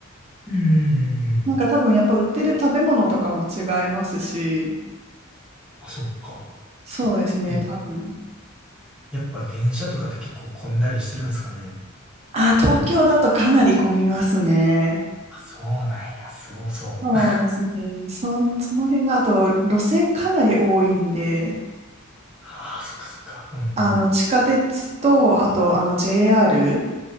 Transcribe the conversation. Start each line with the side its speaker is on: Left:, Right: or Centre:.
Centre: うんうんうんうん。
Right: なんか多分、やっぱ売ってる食べ物とかも違いますし、
Centre: あ、そっか。
Right: そうですね、
Centre: え
Right: 多分。
Centre: やっぱ電車とかって結構混んだりしてるんですかね。
Right: あ、東京だとかなり混みますね。
Centre: あ、そうなんや、すごそう。
Right: そうですね。そ、その辺が、あと、路線かなり多いんで、
Centre: <laughs> ああ、そっかそっか。うん。
Right: あの、地下鉄と、あと、あの、JR